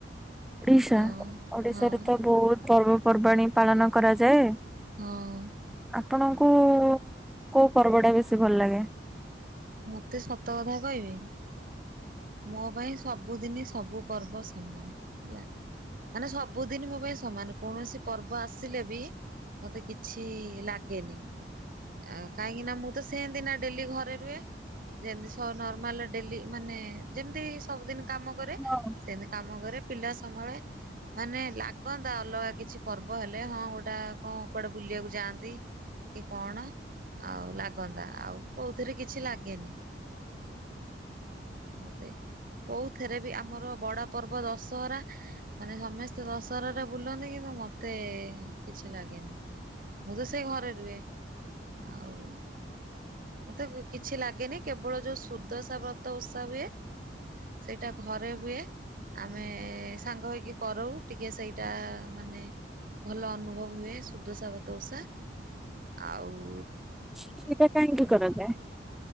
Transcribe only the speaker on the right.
ହଁ
ହଁ
ହଁ।
ମତେ ସତ କଥା କହିବି? ମୋ ପାଇଁ ସବୁଦିନ ସବୁ ପର୍ବ ସମାନ ହେଲା। ମାନେ ସବୁଦିନ ମୋ ପାଇଁ ସମାନ କୌଣସି ପର୍ବ ଆସିଲେ ବି ମତେ କିଛି ଲାଗେନି। ଆ କାହିଁକି ନା ମୁଁ ତ ସେମିତି ନା ଡେଲି ଘରେ ରୁହେ। ଯେମିତି ସବ ନର୍ମାଲ ଡେଲି ମାନେ ଯେମିତି ସବୁଦିନ କାମ କରେ
ସେମିତି କାମ କରେ, ପିଲା ସମ୍ଭାଳେ ମାନେ ଲାଗ କନ୍ତା ଅଲଗା କିଛି ପର୍ବ ହେଲେ ହଁ ଗୋଟା କଣ କୁଆଡେ ବୁଲିବାକୁ ଯାଆନ୍ତି। କି କଣ ଆଉ ଲାଗନ୍ତା ଆଉ କୋଉଥିରେ କିଛି ଲାଗେନି। ମତେ କୋଉଥିରେ ବି ଆମର ବଡ ପର୍ବ ଦଶହରା। ମାନେ ସମସ୍ତେ ଦଶହରାରେ ବୁଲନ୍ତି କିନ୍ତୁ ମ ମତେ କିଛି ଲାଗେନି ମୁଁ ତ ସେ ଘରେ ରୁହେ। ଆଉ ମତେ କିଛି ଲାଗେନି କେବଳ ଯୋଉ ସୁଦସା ବ୍ର ତ ଓଷା ହୁଏ ସେଇଟା ଘରେ ହୁଏ। ଆମେ ସାଙ୍ଗ ହେଇକି କରୁ ଟିକେ ସେଇଟା ମାନେ ଭଲ ଅନୁଭବ ହୁଏ। ସୁୁଦଶା ବ୍ରତ ଓଷା। ଆଉ